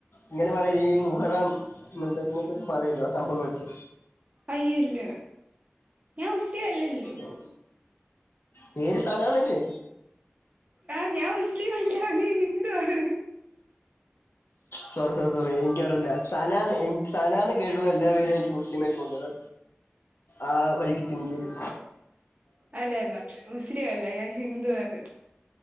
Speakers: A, on the left; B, on the right.
A: ഇങ്ങനെ പറ <unintelligible> മുഹറം ഇങ്ങനെത്തെ ഇങ്ങനെത്തെ പറയല്ലോ ആ സംഭവങ്ങളൊക്കെ?
B: അയ്യോ ഇല്ല ഞാൻ മുസ്ലിം അല്ലല്ലോ.
A: ഓ. പേര് സനാന്നല്ലേ?
B: ആ ഞാൻ മുസ്ലിമല്ല ഹിന്ദു ആണ്.
A: സോറി സോറി സോറി എനിക്കറിയില്ല സനാന്ന് എനിക്ക് സനാന്ന് കേട്ടിട്ടുള്ള എല്ലാ പേരും എനിക്ക് മുസ്ലിമായി തോന്നി അതാ ആ വഴിക്ക് തിങ്കെയ്ത്
B: അല്ല അല്ല മുസ്ലിം അല്ല ഞാൻ ഹിന്ദു ആണ്.